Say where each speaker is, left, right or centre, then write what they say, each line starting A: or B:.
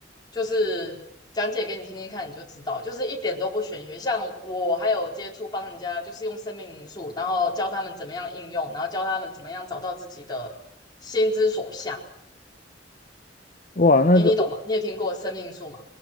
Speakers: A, on the left; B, on the left.
A: 就是讲解给你听听看，你就知道，就是一点都不玄学。像我还有接触帮人家，就是用生命灵数，然后教他们怎么样应用，然后教他们怎么样找到自己的心之所向。
B: 哇，那这
A: 你你懂吗？你有听过生命灵数吗？